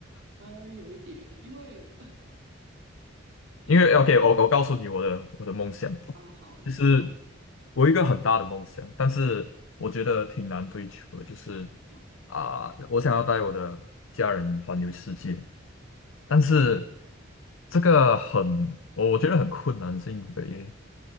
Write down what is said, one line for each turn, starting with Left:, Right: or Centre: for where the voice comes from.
Right: 呃，有一点，因为因为
Left: 因为 OK，我我告诉你我的我的梦想，
Right: 啊，好，我想知道
Left: 就是我有一个很大的梦想，但是我觉得挺难追求的，就是
Right: 啊，
Left: 啊、我想要带我的家人环游世界，但是
Right: 怀疑，
Left: 这个很，我我觉得很困难，是因为